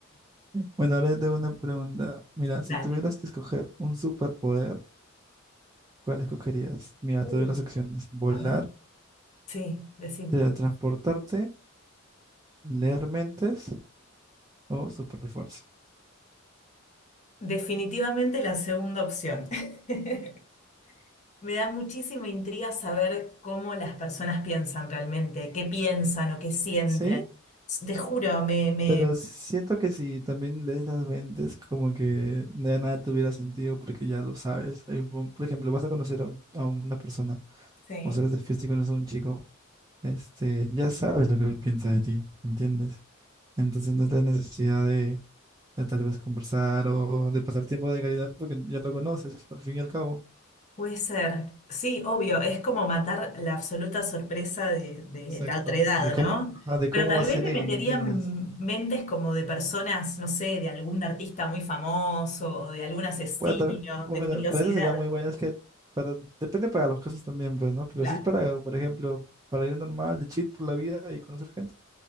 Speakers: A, on the right (about 20°); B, on the left (about 35°).
A: Bueno, ahora yo tengo una pregunta. Mira, si
B: <laughs> Dale.
A: tuvieras que escoger un superpoder, ¿cuál escogerías? Mira,
B: Uh,
A: te doy las opciones. Volar,
B: a ver. Sí, decime.
A: teletransportarte leer mentes o superfuerza.
B: Definitivamente la segunda opción. <laughs> Me da muchísima intriga saber cómo las personas piensan realmente, qué piensan o qué sienten.
A: Sí,
B: Te juro, me, me...
A: pero siento que si también lees las mentes, como que ya nada tuviera sentido porque ya lo sabes. Hay un- Por ejemplo, vas a conocer a, un- a una persona
B: Sí.
A: o sales de fiesta y conoces a un chico, este, ya sabes lo que él piensa de ti, ¿entiendes? Entonces no tienes necesidad de, de tal vez conversar o de pasar tiempo de calidad porque ya lo conoces, al fin y al cabo.
B: Puede ser. Sí, obvio, es como matar la absoluta sorpresa de, de
A: Exacto.
B: la otra edad,
A: De cómo,
B: ¿no?
A: ajá, de
B: Pero
A: cómo
B: tal
A: va a ser
B: vez me
A: él,
B: meterían
A: ¿me entiendes?
B: mentes como de personas, no sé, de algún artista muy famoso o de algún asesino,
A: que Bueno, también, bueno,
B: de curiosidad.
A: para eso sería muy bueno, es que para, depende para los casos también, pues, ¿no? Pero
B: Claro.
A: si es para, por ejemplo, para ir normal, de chill por la vida y conocer gente,